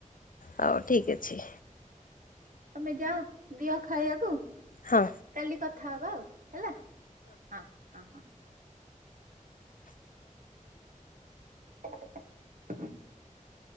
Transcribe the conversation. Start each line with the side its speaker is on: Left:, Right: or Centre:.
Left: ହଉ ଠିକ ଅଛି।
Right: ତମେ ଯାଅ ଦିଅ ଖାଇବାକୁ।
Left: ହଁ।
Right: କାଲି କଥା ହବା ଆଉ ହେଲା ହଁ ହଁ ହଁ। <inaudible> <inaudible>